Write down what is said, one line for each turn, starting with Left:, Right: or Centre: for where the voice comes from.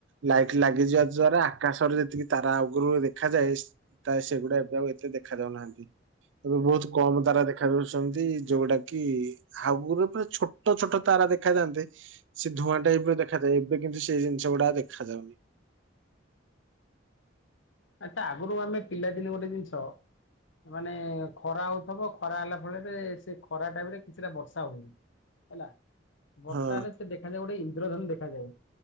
Right: ଲାଇଟ୍ ଲାଗିଯିବା
Left: ହୁଁ
Right: ଦ୍ଵାରା ଆକାଶରେ ଯେତିକି ତାରା ଅଗରୁ ଦେଖ ଦେଖାଯାଏ ତା ସେଗୁଡା ଏବେ ଆଉ ଏତେ ଦେଖା ଯାଉନାହାନ୍ତି। ଏବେ ବହୁତ କମ ତାରା ଦେଖାଯାଉଛନ୍ତି। ଯୋଉଟା କି ଆଗରେ ପୁରା ଛୋଟ ଛୋଟ ତାରା ଦେଖାାଯାଆନ୍ତେ। ସେ ଧୂଆଁଟା ଏବେ ଦେଖାଯାଏ ଏବେ କିନ୍ତୁ ସେଇ ଜିନିଷ ଗୁଡା ଦେଖାାଯାଉନି।
Left: ଆଛା ଆଗରୁ ଆମେ ପିଲାଦିନ ଗୋଟେ ଜିନିଷ ମାନେ ଖରା ହଉଛି ସବ ଖରା ହେଲା ଫଳରେ ସେ ଖରା ଟାଇମରେ କିଛିଟା ବର୍ଷା ହୁଏ, ହେଲା ବର୍ଷା
Right: ହଁ
Left: ହେଲେ ସେ ଦେଖାଯାଏ ଗୋଟେ ଇନ୍ଦ୍ରଧନୁ ଦେଖାଯାଏ।